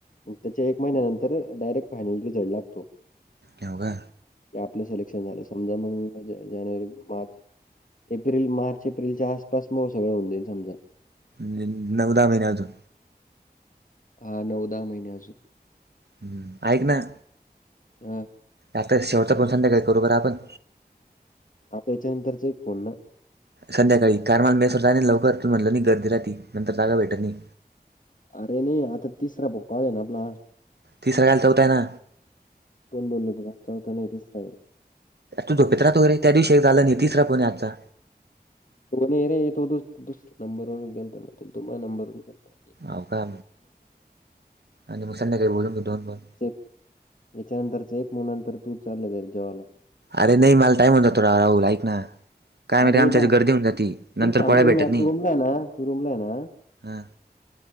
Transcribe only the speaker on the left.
मंग त्याच्या एक महिन्यानंतर डायरेक्ट फायनल रिझल्ट लागतो.
की आपलं सेलेक्शन झालं समजा मंग जानेवारी, मार्च. एप्रिल मार्च एप्रिलच्या आसपास म सगळं होऊनं जाईन समजा.
हा नऊ दहा महिने अजू.
हा!
आता याच्यानंतरचा एक फोनना.
अरे नही आता तिसरा भो कॉल हे ना आपला.
कोण बोललो तुला, चौथा नाही तिसरा आहे.
तो नाही रे, तो दुस नंबर वरुन केलता, तो माझ नंबरवरुन केलता.
<unintelligible> याच्यानंतरच ऐक म नंतर तू चाले जाईल जेवायला.
अरे
तुला सांगतो
ना मी आता
तू रूमला आहे ना, तू रूमला आहे ना,